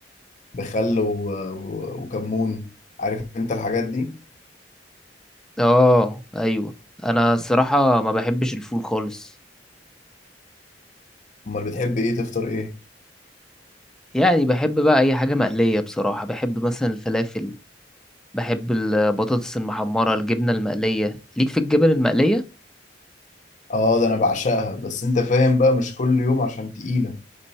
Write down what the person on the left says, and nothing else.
بخل و... و... وكمون عارف انت الحاجات دي
امال بتحب ايه تفطر ايه
اه ده انا بعشقها بس انت فاهم بقى مش كل يوم عشان تقيلة